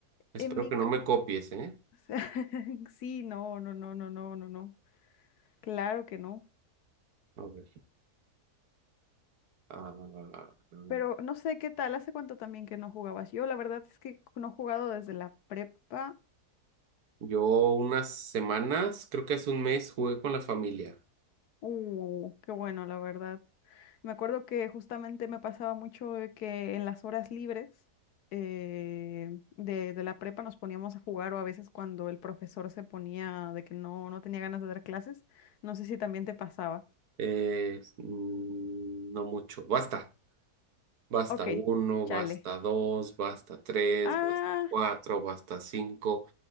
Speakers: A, on the right; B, on the left.
A: Espero
B: En mi...
A: que
B: ca-
A: no me copies, ¿eh?
B: <laughs> Sí, no, no, no, no, no, no, no. Claro que no.
A: A ver. ah, mm,
B: Pero no sé qué tal, hace cuánto también que no jugabas. Yo la verdad es que no he jugado desde la prepa.
A: yo unas semanas, creo que hace un mes, jugué con la familia.
B: Uh, qué bueno, la verdad. Me acuerdo que justamente me pasaba mucho de que en las horas libres eh, de, de la prepa nos poníamos a jugar o a veces cuando el profesor se ponía de que no, no tenía ganas de dar clases. No sé si también te pasaba.
A: Eh, mm, no mucho. Basta. Basta
B: Ok,
A: uno,
B: chale.
A: basta dos, basta tres,
B: Ah,
A: basta cuatro, basta cinco,